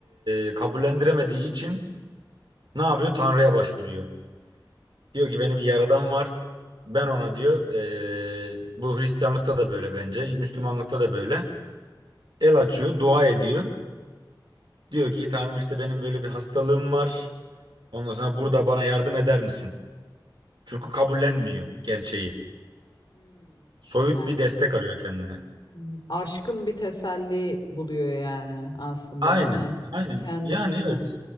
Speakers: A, on the right; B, on the left.
A: e, kabullendiremediği için ne yapıyor? Tanrı'ya başvuruyor. Diyor ki beni bir yaradan var. Ben ona diyor e, bu Hristiyanlıkta da böyle bence, Müslümanlıkta da böyle. El açıyor, dua ediyor. Diyor ki Tanrım işte benim böyle bir hastalığım var. Ondan sonra burada bana yardım eder misin? Çünkü kabullenmiyor gerçeği.
B: Hmm,
A: Soyut
B: yani
A: bir destek arıyor kendine.
B: hmm, aşkın bir teselli buluyor yani aslında
A: Aynen,
B: değil mi?
A: aynen.
B: Kendisinden
A: Yani evet.